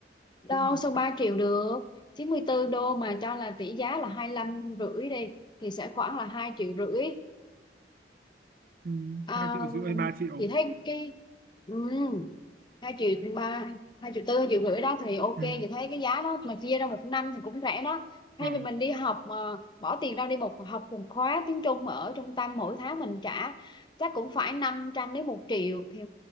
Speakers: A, on the left; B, on the right.
A: đâu
B: cũng
A: sao 3 triệu được 94 đô mà cho là tỷ giá là hai lăm rưỡi đi thì sẽ khoảng là 2 triệu rưỡi
B: ừ,
A: à,
B: hai triệu rưỡi hay ba triệu
A: chị thấy cái ừ. hai triệu ba hai triệu tư hai triệu rưỡi đó thì ok
B: ừ.
A: chị thấy cái giá đó mà chia ra một năm thì cũng rẻ đó
B: Ờ.
A: thay vì mình đi học mà bỏ tiền ra đi một học một khóa tiếng Trung mà ở trung tâm mỗi tháng mình trả chắc cũng phải 500 đến một triệu thì